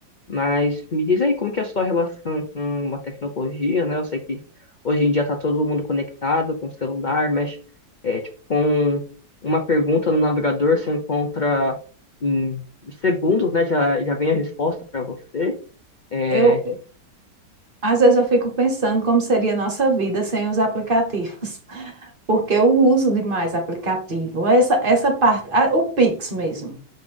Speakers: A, on the left (about 55°); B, on the right (about 35°).
A: Mas me diz aí, como que é a sua relação com a tecnologia, né? Eu sei que hoje em dia está todo mundo conectado com o celular, mas é, tipo, com uma pergunta no navegador você encontra em segundos, né? Já, já vem a resposta para você. É,
B: Eu, às vezes eu fico pensando como seria a nossa vida sem os aplicativos, <laughs> porque eu uso demais aplicativo. Essa, essa parte, ah, o Pix mesmo.